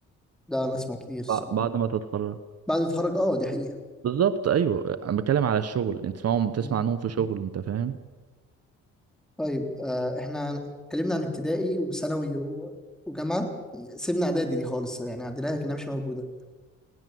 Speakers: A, in the centre; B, on the right.
A: ده انا اسمع كتير الصراحه
B: بع- بعد ما تتخرج
A: بعد ما اتخرج اه دي حقيقه
B: بالظبط ايوه انا بتكلم على الشغل انت تسمعهم تسمع
A: مم.
B: عنهم في شغل انت فاهم
A: طيب آه احنا اتكلمنا عن ابتدائي وثانوي و- وجامعه سيبنا اعدادي دي خالص يعني عدناها كانها مش موجوده